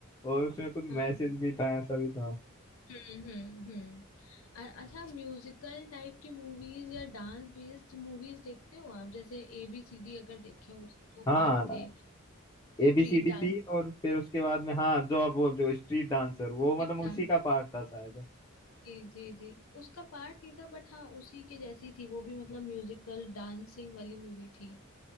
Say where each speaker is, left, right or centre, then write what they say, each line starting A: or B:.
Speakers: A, on the left (about 20°); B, on the left (about 85°).
A: और उसमें कुछ
B: हाँ
A: मैसेज भी था ऐसा भी था
B: हम्म हम्म हम्म अ- अच्छा म्यूजिकल टाइप की मूवीज या डांस बेस्ड मूवीज देखते हो आप जैसे ए बी सी डी अगर देखे हो उसके दो
A: हाँ
B: पार्ट थे
A: एबीसीडी
B: Street dance
A: थी और फिर उसके बाद में हाँ जो आप बोल रहे हो स्ट्रीट डांसर
B: street
A: वो मतलब
B: dance
A: उसी का पार्ट था शायद
B: जी जी जी उसका पार्ट नहीं था बट हाँ उसी के जैसी थी वो भी मतलब म्यूजिकल डांसिंग वाली मूवी थी